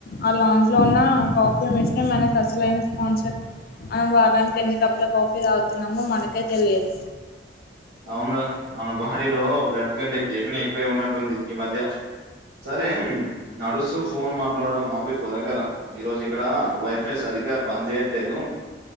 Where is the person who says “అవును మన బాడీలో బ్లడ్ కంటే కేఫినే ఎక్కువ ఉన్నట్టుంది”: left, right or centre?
Right